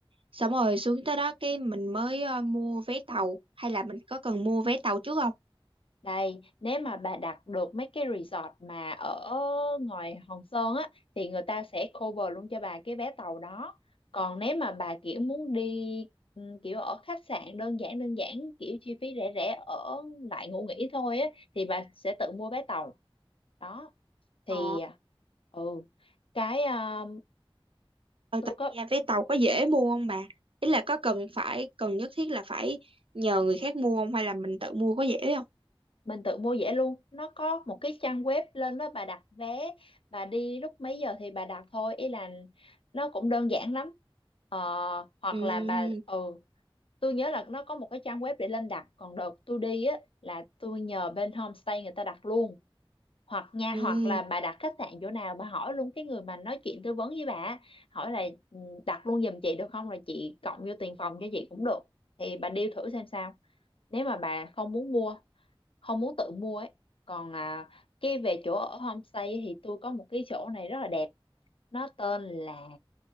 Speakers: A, on the right (about 70°); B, on the left (about 70°).
A: Xong rồi xuống tới đó cái mình mới ờ, mua vé tàu hay là mình có cần mua vé tàu trước không?
B: Đây, nếu mà bà đặt được mấy cái resort mà ở ngoài Hòn Sơn á thì người ta sẽ cover luôn cho bà cái vé tàu đó. Còn nếu mà bà kiểu muốn đi ừ, kiểu ở khách sạn đơn giản đơn giản kiểu chi phí rẻ rẻ ở lại ngủ nghỉ thôi á thì bà sẽ tự mua vé tàu. Đó thì
A: Ờ,
B: ừ cái ờ,
A: ở
B: tôi
A: tận
B: có
A: nhà vé tàu có dễ mua không bà? Ý là có cần phải cần nhất thiết là phải nhờ người khác mua không hay là mình tự mua có dễ không?
B: mình tự mua vé luôn nó có một cái trang web lên đó bà đặt vé bà đi lúc mấy giờ thì bà đặt thôi ý là nó cũng đơn giản lắm ờ, hoặc
A: Ừ,
B: là bà ừ tôi nhớ là nó có một cái trang web để lên đặt còn đợt tôi đi á là tôi nhờ bên homestay người ta đặt luôn hoặc nha
A: ừ.
B: hoặc là bà đặt khách sạn chỗ nào bà hỏi luôn cái người mà nói chuyện tư vấn với bà á, hỏi là "Ừ, đặt luôn giùm chị được không rồi chị cộng vô tiền phòng cho chị cũng được thì bà deal thử xem sao nếu mà bà không muốn mua không muốn tự mua ấy còn à, cái về chỗ ở homestay thì tôi có một cái chỗ này rất là đẹp nó tên là